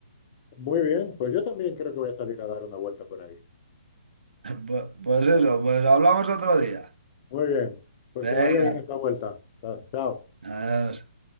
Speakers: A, on the left (about 35°); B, on the right (about 80°).
A: Muy bien, pues yo también creo que voy a salir a dar una vuelta por ahí.
B: Pu- Pues eso, pues hablamos otro día.
A: Muy bien, pues
B: Venga,
A: que vaya bien esta vuelta. Chao.
B: adiós.